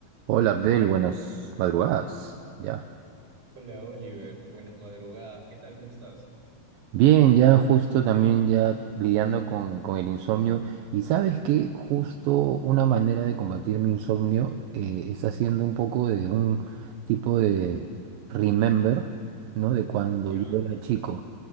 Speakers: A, on the right (about 75°); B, on the right (about 30°).
A: Hola Abdel, buenas madrugadas. Ya.
B: Hola Oliver, buenas madrugadas, ¿qué tal? ¿Cómo estás?
A: Bien, ya justo también ya lidiando con, con el insomnio. Y sabes que justo una manera de combatir mi insomnio eh, es haciendo un poco de un tipo de remember, ¿no? De cuando
B: Ya.
A: yo era chico.